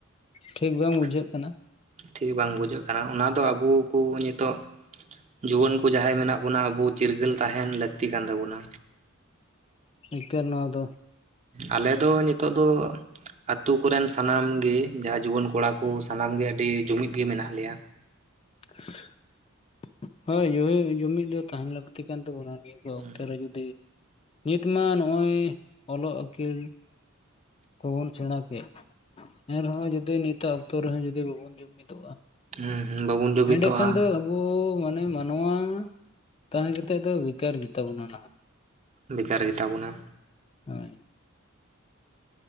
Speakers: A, on the left; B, on the right.
A: ᱴᱷᱤᱠ ᱵᱟᱝ
B: ᱾
A: ᱵᱩᱡᱷᱟᱹᱜ ᱠᱟᱱᱟ
B: ᱴᱷᱤᱠ ᱵᱟᱝ ᱵᱩᱡᱷᱟᱹᱜ ᱠᱟᱱᱟ ᱾ ᱚᱱᱟ ᱫᱚ ᱟᱵᱚ ᱠᱚ ᱧᱤᱛᱚᱜ ᱡᱩᱣᱟᱹᱱ ᱠᱚ ᱡᱟᱦᱟᱸᱭ ᱢᱮᱱᱟᱜ ᱵᱚᱱᱟ ᱟᱵᱚ ᱪᱤᱨᱜᱟᱹᱞ ᱛᱟᱦᱮᱱ ᱞᱟᱹᱠᱛᱤ ᱠᱟᱱ ᱛᱟᱵᱚᱱᱟ᱾
A: ᱮᱠᱟᱞ ᱱᱚᱣᱟ ᱫᱚ
B: ᱟᱞᱮ ᱫᱚ ᱧᱤᱛᱚᱜ ᱫᱚ ᱟᱛᱩ ᱠᱚᱨᱮᱱ ᱥᱟᱱᱟᱢ ᱜᱮ ᱡᱟᱦᱟᱸ ᱡᱩᱣᱟᱹᱱ ᱠᱚᱲᱟ ᱠᱚ ᱥᱟᱱᱟᱢ ᱜᱮ ᱟᱹᱰᱤ ᱡᱩᱢᱤᱫ ᱜᱮ ᱢᱮᱱᱟᱜ ᱞᱮᱭᱟ᱾
A: <inaudible> ᱦᱳᱭ ᱭᱚᱣᱤ ᱡᱩᱢᱤᱫ ᱫᱚ ᱛᱟᱦᱮᱸᱱ ᱞᱟᱹᱠᱛᱤ ᱠᱟᱱ ᱛᱟᱵᱚᱱᱟ ᱱᱤᱛ
B: ᱦᱩᱸ
A: ᱚᱠᱛᱮ ᱨᱮ ᱡᱩᱫᱤ ᱱᱤᱛ ᱢᱟ ᱱᱚᱜᱼᱚᱭ ᱚᱞᱚᱜ ᱟᱹᱠᱤᱞ ᱠᱚᱵᱚᱱ ᱥᱮᱬᱟ ᱠᱮᱫ᱾ ᱮᱱ ᱨᱮ ᱦᱚᱸ ᱡᱩᱫᱤ ᱱᱤᱛᱚᱜ ᱚᱠᱛᱚ ᱨᱮ ᱦᱚᱸ ᱡᱩᱫᱤ ᱵᱟᱵᱚᱱ ᱡᱩᱢᱤᱫ ᱚᱜᱼᱟ᱾
B: ᱦᱩᱸ ᱵᱟᱵᱚᱱ ᱡᱩᱢᱤᱫᱚᱜᱼᱟ
A: ᱮᱸᱰᱮ ᱠᱷᱟᱱ ᱫᱚ ᱟᱵᱚ ᱢᱟᱱ᱾ <unintelligible> ᱢᱟᱱᱣᱟ ᱛᱟᱦᱮᱸ ᱠᱟ ᱛᱮ ᱫᱚ ᱵᱮᱠᱟᱨ ᱜᱮᱛᱟ ᱵᱚᱱᱟ ᱱᱟᱦᱟᱜ
B: ᱵᱮᱠᱟᱨ ᱜᱮᱛᱟ ᱵᱚᱱᱟ᱾
A: ᱦᱳᱭ